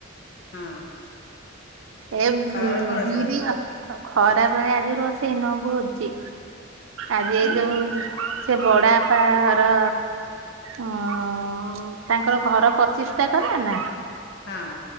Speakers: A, on the left; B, on the right.
A: କଣ ହଁ
B: ଏ
A: ଖରାବେଳେ କଣ ରୋଷେଇ
B: ବିରି
A: କରିଥିଲ
B: ଆଉ ଖରା ବେଳେ ଆଜି ରୋଷେଇ ନୁହଁ ଭୋଜି ଆଜି
A: କି
B: ଏଇ ଯୋଉ ସେ ବଡ଼ବାପା ହର ଅଁ ତାଙ୍କର ଘର ପ୍ରଚିଷ୍ଠା କଲେନା?
A: ହଁ।